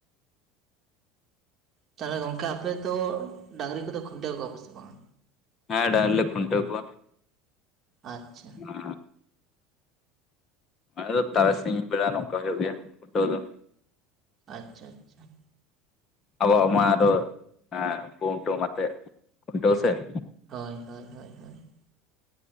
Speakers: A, on the right; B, on the left.
A: ᱛᱟᱦᱚᱞᱮ ᱜᱚᱝᱠᱮ ᱟᱯᱮ ᱫᱚ ᱰᱟᱝᱨᱤ ᱠᱚᱫᱚ ᱠᱷᱩᱱᱴᱟᱹᱣ ᱠᱚᱣᱟ ᱯᱮ ᱥᱮ ᱵᱟᱝᱟ?
B: ᱦᱮᱸ ᱰᱟᱝᱨᱤ‌ ᱞᱮ ᱠᱷᱩᱱᱴᱟᱹᱣ ᱠᱚᱣᱟ ᱾
A: ᱟᱪᱪᱷᱟ ᱾
B: ᱟᱸᱻ ᱟᱫᱚ ᱛᱟᱨᱟᱥᱤᱧ ᱵᱮᱲᱟ ᱱᱚᱝᱠᱟ ᱦᱩᱭᱩᱜ ᱜᱮᱭᱟ ᱠᱷᱩᱱᱴᱟᱹᱣ ᱫᱚ ᱾
A: ᱟᱪᱪᱷᱟ ᱟᱪᱪᱷᱟ ᱾
B: ᱟᱵᱚᱣᱟᱜ ᱢᱟ ᱫᱚ ᱟᱨᱦᱚᱸ ᱮᱸ ᱠᱩᱢᱴᱟᱹᱣ ᱟᱛᱮᱜ ᱠᱷᱩᱱᱴᱟᱹᱣ ᱥᱮ ᱾
A: ᱦᱳᱭ ᱦᱳᱭ ᱦᱳᱭ ᱦᱳᱭ ᱾